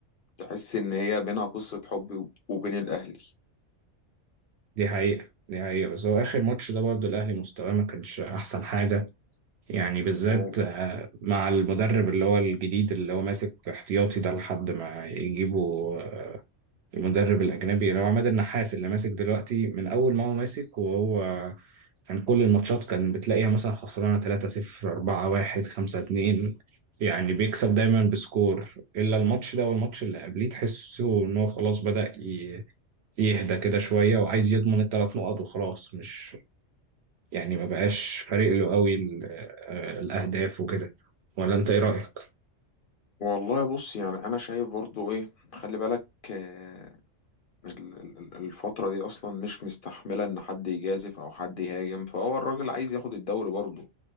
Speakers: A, on the left (about 55°); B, on the right (about 65°).
A: تحس ان هي بينها قصه حب وبين الاهلي
B: دي حقيقة دي حقيقة بس هو اخر ماتش ده برضه الاهلي مستواه ما كانش احسن حاجة يعني بالذات
A: و-
B: آه، مع المدرب اللي هو الجديد اللي هو ماسك احتياطي ده لحد ما يجيبوا آه، المدرب الاجنبي اللي هو عماد النحاس اللي ماسك دلوقتي من اول ما هو ماسك وهو كان كل الماتشات كان بتلاقيها مثلا خسرانة 3-0 4-1 5-2 يعني بيكسب دايما بسكور إلا الماتش ده والماتش اللي قبليه تحسه إن هو خلاص بدأ ي- يهدى كده شوية وعايز يضمن الثلاث نقط وخلاص مش يعني ما بقاش فارق له قوي ال- آه، الأهداف وكده ولا أنت إيه رأيك؟
A: والله بص يعني انا شايف برضو ايه خلي بالك آه، ال- ال- الفتره دي اصلا مش مستحمله ان حد يجازف او حد يهاجم فهو الراجل عايز ياخد الدوري برضو